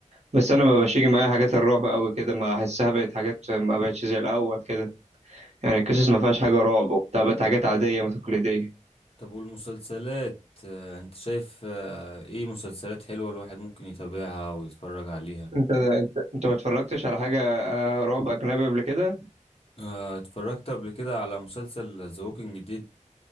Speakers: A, on the right; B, on the left.
A: بس انا ما بقاش يجي معايا حاجات الرعب قوي كده ما احسها بقت حاجات ما بقتش زي الاول كده يعني القصص
B: مم.
A: ما فيهاش حاجه رعب وبتاع بقت حاجات عاديه ما تقليديه
B: طب والمسلسلات آه، انت شايف آه، ايه مسلسلات حلوة الواحد ممكن يتابعها ويتفرج عليها
A: انت انت انت ما اتفرجتش على حاجه آه، رعب اجنبي قبل كده
B: آه، اتفرجت قبل كده على مسلسل ذا ووكينج ديد